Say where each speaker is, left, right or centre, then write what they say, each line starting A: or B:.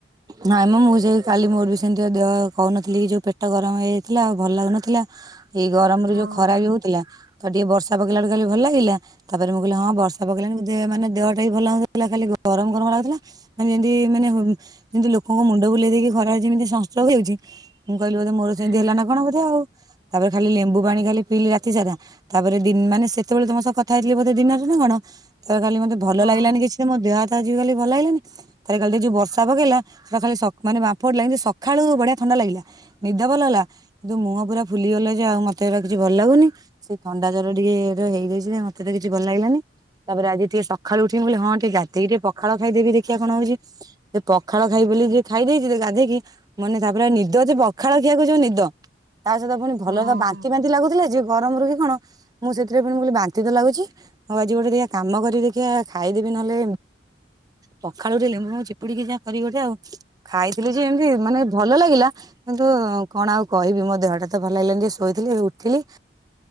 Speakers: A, on the right (about 20°); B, on the right (about 85°).
A: ନାଇଁମ ମୁଁ ସେ କାଲି ମୋର ବି ସେମିତିହ କହୁନଥିଲି କି ଯୋଉ ପେଟ ଗରମ ହେଇଯାଇଥିଲା ଆଉ ଭଲ ଲାଗୁନଥିଲା। ଏଇ ଗରମରେ
B: ହଁ
A: ଯୋଉ ଖରା ବି ହଉଥିଲା ତ ଟିକେ ବର୍ଷା ଶା ପକେଇଲାଉ କାଲି ଭଲ ଲାଗିଲ ତାପରେ ମୁଁ କହିଲି ହଁ ବର୍ଷା ପକେଇଲାଣି ମନେ ଦେହ ମାନ ଦେହଟା ବି ଭଲ ଲାଗୁନଥିଲା ଖାଲି ଗରମ ଗରମ ଥିଲା ଯେମିତି ମାନେ ଯେମିତି ଲୋକଙ୍କ ମୁଣ୍ଡ ବୁଲେଇ ଦେଇକି ଖରାରେ ଯେମିତି ସଂଷ୍ଟ୍ରୋକ ହେଉଚି ମୁଁ କହିଲି ବୋଧେ ମୋର ସେମିତି
B: ହୁଁ
A: ହେଲା ନା କଣ ବୋଧେ ଆଉ? ତାପରେ ଖାଲି ଲେମ୍ବୁ ପାଣି ଖାଲି ପିଇଲି ରାତି ସାରା ତାପରେ ଦିନ୍ ମାନେ ସେତେବେଳେ ତମ ସହ କଥା ହେଇଥିଲି ବୋଧେ ଦିନରେ ନା କଣ? ତ କାଲି ମତେ ଭଲ
B: ହଁ
A: ଲାଗିଲାନି କିଛି ତ ମୋ ଦେହ ଯିବ ଖଲି ଭଲ ଲାଗିଲାନି ତାର କାଲି ଯୋଉ ବର୍ଷା ପକେଇଲା ସେଟା ଖାଲି ମାନେପଡ <unintelligible> ଲାଗ ସଖାଳୁ ବଢିଆ ଥଣ୍ଡା ଲାଗିଲା ନିଦ ଭଲ ହେଲା କିନ୍ତୁ ମୁହଁ ପୁରା ଫୁଲି ଗଲା ଯେ ଆଉ ମତେ ଏବେ କିଛି ଭଲ ଲାଗୁନି ସେଇ ଥଣ୍ଡା ଜ୍ୱର ଟିକେ ହେଇଯାଇଛି ମତେ ତ କିଛି ଭଲ ଲାଗିଲାନି। ତାପରେ ଆଜି ଟିକେ ସକାଳୁ ଉଠିବି ବୋଲି ହଁ ଟିକେ ଗାଧେଇକି ଟିକେ ପଖାଳ ଖାଇଦବି ଦେଖିବା କଣ ହଉଚି। ପ ଖାଳ ଖାଇ ବୋଲି ଯଉ ଖାଇ ଦେଇଥିଲି ଗାଧେଇକି ମାନେ ତାପରେ ନିଦ ଯେ ପଖାଳ ଖିଆକୁ ଯଉ ନିଦ। ତା ସହିତ ପୁଣି ଭଲ
B: ହଁ
A: ତ ବାନ୍ତି ବାନ୍ତି ଲାଗୁଥିଲା ଯେ ଗରମରୁ କି କଣ ମୁଁ ସେଥିରେ ପୁଣି ବାନ୍ତି ତ ଲାଗୁଛି ଆଉ ଆଜି ଗୋଟେ କାମ କରେ ଦେଖିଆ ଖାଇଦେବି। ନହେଲେ ପଖାଳକୁ ଲେମ୍ବୁ ଫେମ୍ବୁ ଚିପୁଡିକିନା କରି ଗୋଟେ ଆଉ ଖାଇଥିଲି ଯେ ଏମିତି ମାନେ ଭଲ ଲାଗିଲା କିନ୍ତୁ କଣ ଆଉ କହିବି ମୋ ଦେହଟା ଭଲ ଲାଗିଲାନି ଶୋଇଥିଲି ଉଠିଲି।